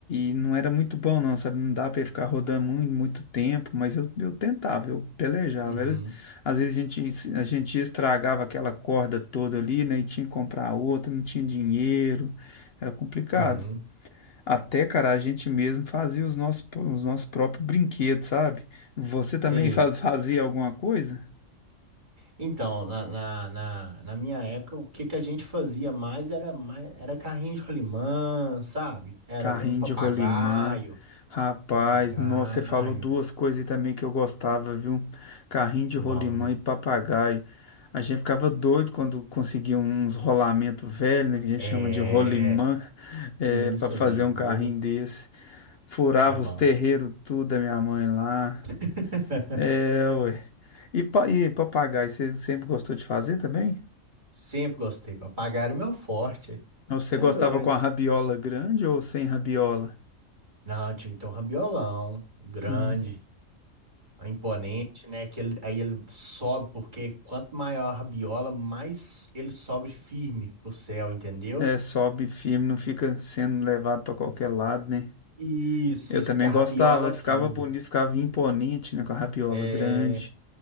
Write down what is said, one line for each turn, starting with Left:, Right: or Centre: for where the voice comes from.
Left: e não era muito bom, não, sabe? Não dava pra eu ficar rodando muito, muito tempo, mas eu, eu tentava, eu pelejava.
Right: Uhum.
Left: Era- Às vezes a gente, a gente estragava aquela corda toda ali, né? E tinha que comprar outra, não tinha dinheiro, era complicado.
Right: Uhum.
Left: Até, cara, a gente mesmo fazia os nossos, os nossos próprios brinquedos, sabe? Você
Right: Você
Left: também fa- <laughs> fazia alguma coisa?
Right: Então, na, na, na, na minha época, o que que a gente fazia mais era mais, era carrinho de rolimã, sabe? Era
Left: Carrinho
Right: um papagaio.
Left: de rolimã. Rapaz,
Right: Papagaio.
Left: nossa, você falou duas coisas aí também que eu gostava, viu? Carrinho de
Right: É
Left: rolimã
Right: bom, né?
Left: e papagaio. A gente ficava doido quando conseguia uns rolamentos velhos, né? Que a gente
Right: É,
Left: chama de rolimã, <laughs> é,
Right: isso
Left: para fazer
Right: mesmo.
Left: um carrinho desse. Furava
Right: Era bom.
Left: os terreiros tudo da minha mãe lá.
Right: <laughs>
Left: É, ué. E, pa- e papagaio, você sempre gostou de fazer também?
Right: Sempre gostei. Papagaio era meu forte.
Left: Ou
Right: Você
Left: Você
Right: tá
Left: gostava
Right: doido.
Left: com a rabiola grande ou sem rabiola?
Right: Não, tinha que um rabiolão grande.
Left: Hum,
Right: É imponente, né? Que ele- aí ele sobe, porque quanto maior a rabiola, mais ele sobe firme pro céu, entendeu?
Left: é, é, sobe firme, não fica sendo levado para qualquer lado, né?
Right: Isso,
Left: Eu
Right: isso,
Left: também
Right: porque a rabiola
Left: gostava,
Right: firma.
Left: ficava bonito, ficava imponente, né, com a rabiola
Right: É,
Left: grande.